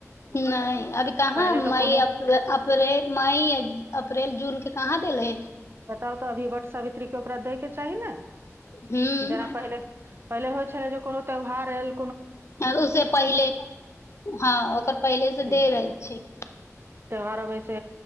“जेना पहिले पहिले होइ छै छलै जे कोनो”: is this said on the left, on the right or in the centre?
Right